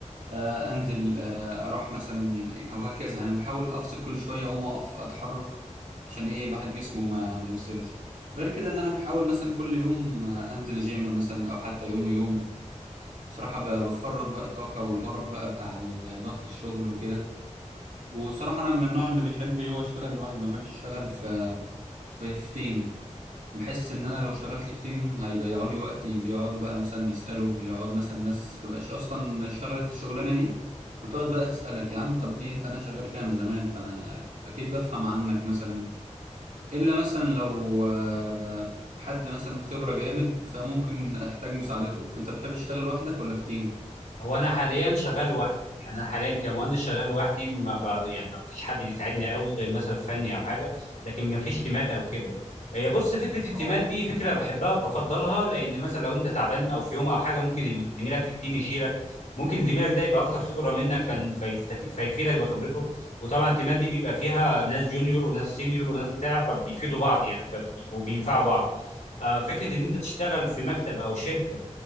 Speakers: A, on the right; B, on the left.
A: آه انزل آه اروح مثلا او هكذا يعني بحاول افصل كل شويه اقوم اقف اتحرك عشان ايه الواحد جسمه ما, ما يفصلش غير كده ان انا بحاول مثلا كل يوم آه انزل الجيم مثلا او حتى يوم يوم بصراحه ب- بفرغ بقى الطاقه والقرف بقى بتاع ال- ضغط الشغل وكده وصراحة أنا من النوع اللي بيحب هو يشتغل لوحده ما بحبش أشتغل في في في تيم بحس إن أنا لو اشتغلت في تيم هيضيعوا لي وقتي بيقعدوا بقى مثلا يسألوا يقعد مثلا ناس مبقاش أصلا اشتغلت الشغلانة دي وتقعد بقى تسألك يا عم طب ديت أنا شغال فيها من زمان فأنا أكيد بفهم عنك مثلا إلا مثلا لو آه، حد مثلا خبرة جامد فممكن أحتاج مساعدته أنت بتحب تشتغل لوحدك ولا في تيم؟
B: هو انا حاليا شغال لوحدي يعني انا حاليا كمهندس شغال لوحدي ما ب... يعني ما فيش حد بيساعدني قوي غير مثلا في فني او حاجه لكن ما فيش تيمات او كده هي بص فكره التيمات
A: اه
B: دي فكره بحبها بفضلها لان مثلا لو انت تعبان او في يوم او حاجه ممكن ال- زميلك في التيم يشيلك ممكن زميلك ده يبقى اكتر خبره منك فن... فيستفيد فيفيدك بخبرته وطبعا التيمات دي بيبقى فيها ناس جونيور وناس سينيور وناس بتاع فبيفيدوا بعض يعني فبي... وبينفعوا بعض آه، فكره ان انت تشتغل في مكتب او شركه